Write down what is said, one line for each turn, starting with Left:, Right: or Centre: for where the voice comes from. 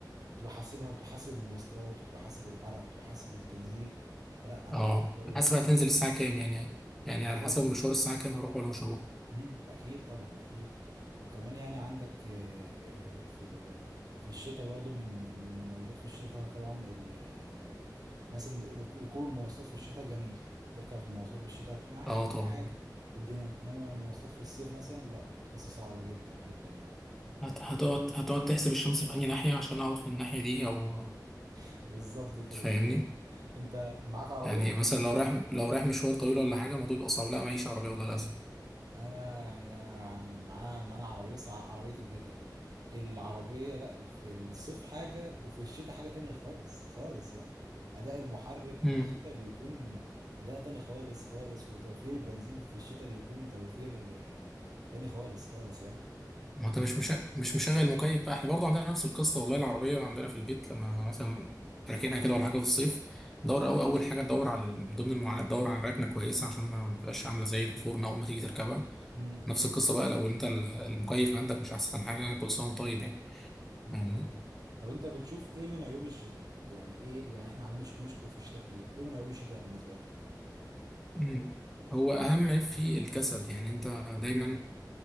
Right: كنت بحاسبها وكنت بحاسب المواصلات وكنت بحاسب العرق وكنت بحاسب التلزيق فلا انا
Centre: اه
Right: بالنسبه لي
Centre: حاسب
Right: الصيف
Centre: هتنزل الساعة كام يعني يعني
Right: بالظبط
Centre: على حسب مشوار الساعة كام هروح ولا مش هروح
Right: امم اكيد طبعا اكيد وكمان يعني عندك آه، في ال- في الشتاء برضو من من المميزات في الشتاء طبعا ال- آه، مثلا رك- ركوب المواصلات في الشتاء جميل تركب في مواصلات في الشتاء مع
Centre: اه
Right: الدنيا
Centre: طبعا
Right: عادي والدنيا بتنما مواصلات في الصيف مثلا لا قصة صعبة جدا جدا يعني
Centre: هت- هتقعد هتقعد تحسب الشمس في أنهي ناحية عشان اقعد في الناحية دي او
Right: <laughs> بالظبط كده
Centre: فاهمني
Right: أه. انت معاك عربية
Centre: يعني مثلا لو رايح لو رايح مشوار طويل ولا حاجة الموضوع بيبقى صعب لا معيش عربية والله للأسف
Right: انا يعني انا معاه معانا عربيه بس ع- عربيه البيت يعني العربيه لا في الصيف حاجه وفي الشتاء حاجه تانية خالص خالص يعني اداء المحرك في
Centre: امم
Right: الشتاء بيكون اداء تاني خالص خالص وتوفير البنزين في الشتاء بيكون توفير آه، تاني خالص خالص يعني
Centre: ما هو انت مش مشغل مش مشغل مكيف بقى احنا برضه عندنا نفس القصه والله العربيه عندنا في البيت لما مثلا راكنها كده ولا حاجه في الصيف دور أو اول حاجه تدور على من ضمن المعاناه تدور على ركنه كويسه عشان ما تبقاش عامله زي الفرن اول ما تيجي تركبها
Right: امم
Centre: نفس القصه بقى لو انت ال- المكيف عندك مش احسن حاجه كل سنه وانت طيب يعني
Right: امم
Centre: فاهمني؟
Right: طب انت بتشوف ايه من عيوب الشتاء بت يعني ايه اللي احنا عاملين نشكر نشكر في الشتاء كتير ايه من عيوب الشتاء بالنسبه لك
Centre: مم. هو اهم عيب فيه الكسل يعني انت دايما